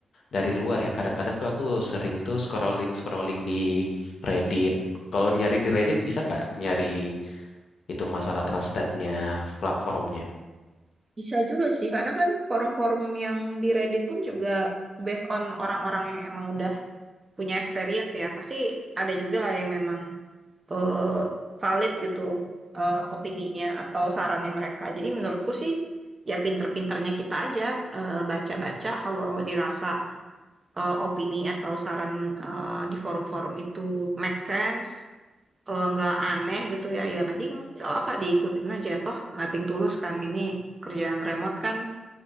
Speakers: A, on the left (about 60°); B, on the right (about 20°).
A: dari luar ya, kadang-kadang tuh aku sering tuh scrolling scrolling di Reddit. Kalau nyari di Reddit bisa nggak nyari itu masalah trustednya platformnya?
B: Bisa juga sih, karena kan forum-forum yang di Reddit pun juga based on orang-orang yang emang udah punya experience ya. Pasti ada juga lah yang memang eh, valid gitu eh, opininya atau sarannya mereka. Jadi menurutku sih ya pinter-pinternya kita aja eh, baca-baca kalau dirasa eh, opini atau saran eh, di forum-forum itu make sense, eh, nggak aneh gitu ya, ya mending nggak apa-apa diikutin aja toh nothing tulus kan ini kerjaan remote kan